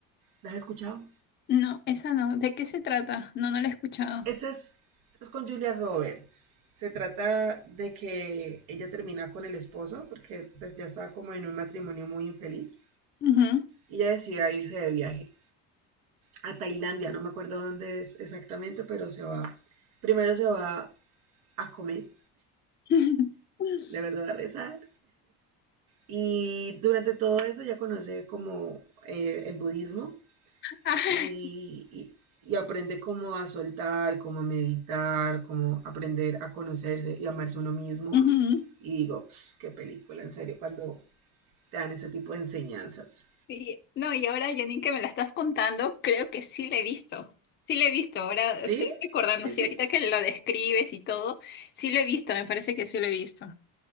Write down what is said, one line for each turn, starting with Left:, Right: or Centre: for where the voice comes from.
Right: ¿La has escuchado?
Left: No, esa no. ¿De qué se trata? No, no la he escuchado.
Right: Esa es, esa es con Julia Roberts. Se trata de que ella termina con el esposo porque pues ya estaba como en un matrimonio muy infeliz
Left: Ujú.
Right: y ella decide irse de viaje a Tailandia, no me acuerdo dónde es exactamente, pero se va, primero se va a comer,
Left: <laughs>
Right: luego se va a rezar y durante todo eso ya conoce como eh, el budismo
Left: Ah,
Right: y, y, y aprende como a soltar, como a meditar, como aprender a conocerse y amarse uno mismo.
Left: <laughs> Ujú.
Right: Y digo, pues, qué película, en serio, cuando te dan ese tipo de enseñanzas.
Left: sí. No, y ahora, Janine, que me la estás contando, creo que sí la he visto. Sí la he visto, ahora
Right: ¿Sí?
Left: estoy recordando,
Right: Sí,
Left: sí,
Right: sí.
Left: ahorita que lo describes y todo, sí lo he visto, me parece que sí lo he visto.